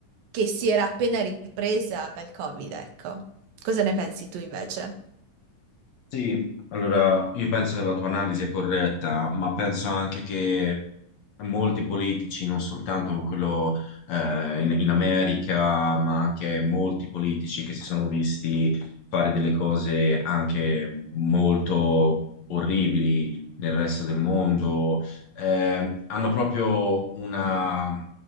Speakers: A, on the right; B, on the left.
A: che si era appena ripresa dal Covid, ecco. Cosa ne pensi tu invece?
B: Sì, allora io penso che la tua analisi è corretta, ma penso anche che molti politici, non soltanto quello eh, in, in America, ma anche molti politici che si sono visti fare delle cose anche molto orribili nel resto del mondo, eh, hanno proprio una,